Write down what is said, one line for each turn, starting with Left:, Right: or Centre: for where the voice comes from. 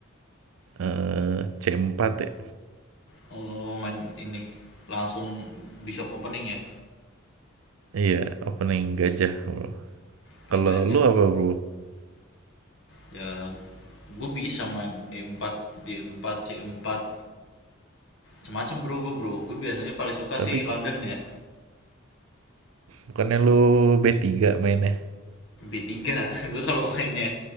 Right: eh, C4 ya.
Left: Oh, lo main ini. Langsung bishop opening ya?
Right: Iya, opening gajah bro.
Left: Opening
Right: Kalau
Left: gajah.
Right: lu apa bro?
Left: Ya, gue bisa main E4, D4, C4, semacam bro gue bro. Gue biasanya paling suka
Right: Tapi
Left: sih London ya.
Right: bukannya lu B3 mainnya?
Left: b tiga, <laughs> gue kalau mainnya